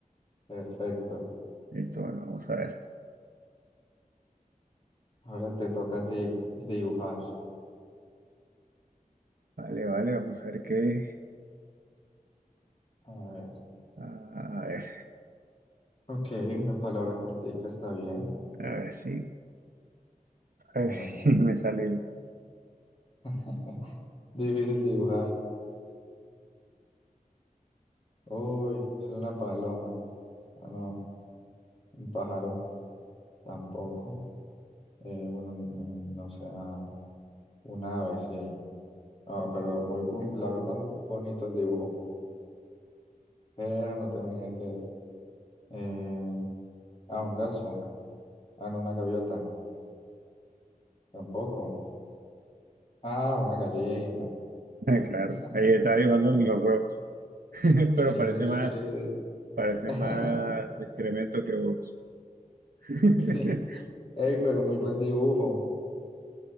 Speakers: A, on the left; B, on the right.
A: perfecto.
B: Listo, bueno, vamos a ver.
A: Ahora te toca a ti dibujar.
B: Vale, vale, vamos a ver qué.
A: A ver.
B: A ver,
A: Ok, una palabra cortica está bien.
B: a ver si, a
A: A
B: ver <laughs> si
A: ver.
B: me sale bien. <laughs>
A: <laughs> Difícil dibujar. Uy, es una paloma. Ah, no, un pájaro tampoco. Eh, bueno, un- no sé, ah, un ave, sí. Ah, pero muy, bu- <laughs> la verdad, muy bonito el dibujo. Pero no tengo ni idea qué es. Eh, ah, un ganso. Ah, no, una gaviota. Tampoco. Ah, una gallina.
B: Ah, Claro,
A: <laughs>
B: ahí está dibujando los huevos. <laughs>
A: Sí,
B: Pero parece
A: sí,
B: más,
A: sí.
B: parece
A: <laughs>
B: más excremento que huevos. <laughs>
A: Sí. Ey, pero muy buen dibujo.